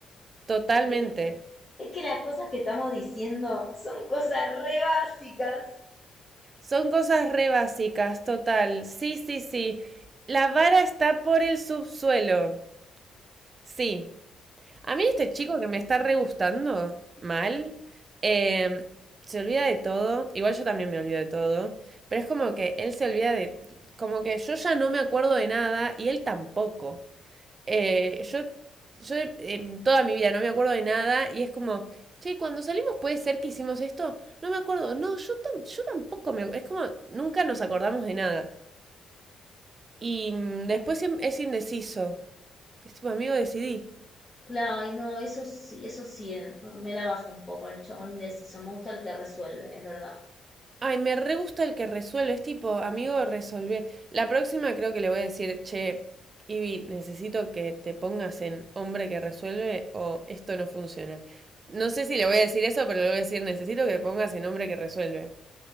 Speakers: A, on the right; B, on the left.
A: totalmente.
B: <laughs> es que las cosas que estamos diciendo son cosas re básicas.
A: Son cosas re básicas, total. Sí, sí, sí. La vara está por el subsuelo. Sí, A mí este chico que me está re gustando mal, eh, se olvida de todo, igual yo también me olvido de todo, pero es como que él se olvida de, como que yo ya no me acuerdo de nada y él tampoco. Eh, yo, yo en toda mi vida no me acuerdo de nada y es como, che, cuando salimos puede ser que hicimos esto, no me acuerdo, no, yo, tam- yo tampoco me, es como, nunca nos acordamos de nada. Y mm, después siem- es indeciso, es tipo, amigo, decidí.
B: Claro, y no, eso sí, eso sí, eh, no, me la bajo un poco el chabón indeciso. Me gusta el que resuelve, es verdad.
A: Ay, me re gusta el que resuelve, es tipo, amigo, resolvé. La próxima creo que le voy a decir, che, Ivy, necesito que te pongas en hombre que resuelve o esto no funciona. No sé si le voy a decir eso, pero le voy a decir, necesito que te pongas en hombre que resuelve.